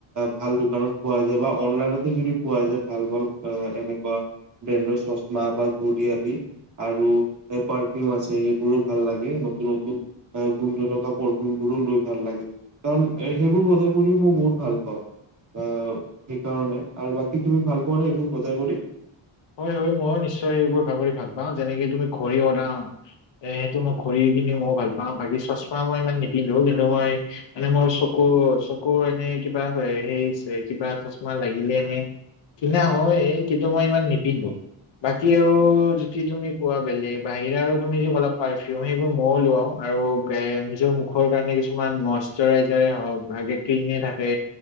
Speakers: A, on the right (about 35°); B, on the left (about 60°).
A: ভাল দোকানত পোৱা যায় বা অনলাইনতে যদি পোৱা যায় ভাল ভাল এনেকুৱা ব্ৰেণ্ডৰ চশমা বা ঘড়ী আদি, আৰু এ পাৰফিউম আছে সেইবোৰো ভাল লাগে নতুন-নতুন গোন্ধ থকা পৰফিউম বোৰো লৈ ভাল লাগে কাৰণ সেইবোৰ বজাৰ কৰিও মই বহুত ভাল পাওঁ, অ, সেইকাৰণে আৰু বাকী তুমি ভাল পোৱা নে এইবোৰ বজাৰ কৰি?
B: হয়-হয় মই নিশ্চয় সেইবোৰ ভগৰী ভাল পাওঁ যেনেকে তুমি ঘড়ী ওৰাও এ সেইটো মই ঘড়ী কিনি মই ভাল পাওঁ বাকী চশমা মই ইমান নিপিন্ধো কিন্তু মই মানে মোৰ চকু -চকুৰ এনে কিবা হেৰি ছে কিবা চশমা লাগিলে এনে কিনা হয় কিন্তু মই ইমান নি পিন্ধো, বাকী আৰু যদি তুমি কোৱা বেলেগ বাহিৰা আৰু তুমি যদি অলপ পাৰফিউম সেইবোৰ ময়ো লোৱাওঁ আৰু গা নিজৰ মুখৰ কাৰণে কিছুমান মইশ্বৰাইজাৰেই হওঁক ভাগে ক্ৰীমেই থাকে